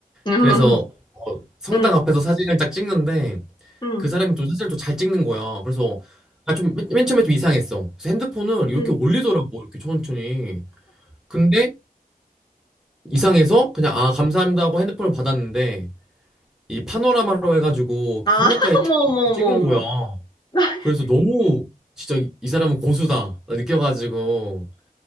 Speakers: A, on the left; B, in the centre.
A: <laughs> 응,
B: 그래서 어, 성당
A: 응,
B: 앞에서 사진을 딱 찍는데
A: 응.
B: 그 사람이 좀 사진을 좀 잘 찍는 거야. 그래서 아, 좀, 맨, 맨 처음에 좀 이상했어. 그래서 핸드폰을 이렇게
A: 응.
B: 올리더라고, 이렇게 천천히. 근데 이상해서 그냥 아, 감사합니다 하고 핸드폰을 받았는데 이 파노라마로 해가지고
A: 아,
B: 성당까지
A: <laughs> 어머,
B: 쭉
A: 어머, 어머,
B: 찍은
A: 어머.
B: 거야.
A: <laughs>
B: 그래서 너무 진짜 이 사람은 고수다 느껴가지고